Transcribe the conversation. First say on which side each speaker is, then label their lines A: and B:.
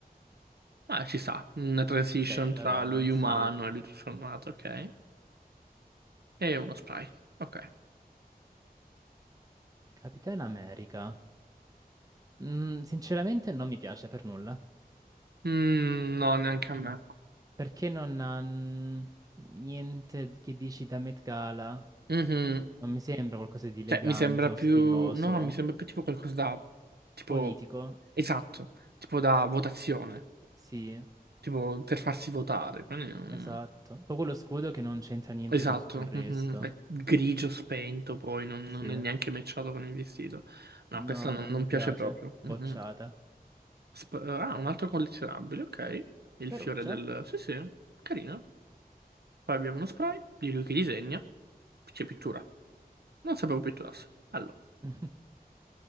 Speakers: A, on the right; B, on the right.
A: Ah, ci sta. Una transition
B: Bella,
A: tra
B: dai,
A: lui umano
B: sì.
A: e lui trasformato, ok. E uno spray, ok.
B: Capitan America. Mm, sinceramente non mi piace per nulla.
A: Mm, no, neanche a me.
B: Perché non ha mm, niente che dici da Met Gala?
A: Mhm.
B: Non mi sembra qualcosa di elegante
A: Cioè, mi sembra
B: o
A: più...
B: stiloso.
A: No, mi sembra più tipo qualcosa da... Tipo...
B: Politico?
A: Esatto. Tipo da votazione.
B: Sì,
A: Tipo per farsi votare. Quindi... mm.
B: esatto. Poi quello scudo che non c'entra niente
A: Esatto,
B: con tutto il resto.
A: mhm, È grigio spento, poi non,
B: Sì.
A: non è neanche matchato con il vestito. No,
B: No,
A: questo non,
B: non
A: non
B: mi piace.
A: piace proprio.
B: Bocciata.
A: Mhm. Sp- ah, un altro collezionabile, ok. Il
B: Caruccia.
A: fiore del... Sì, sì, carino. Poi abbiamo uno spray di lui che disegna. C'è pittura. Non sapevo pitturasse. Allora,
B: <laughs>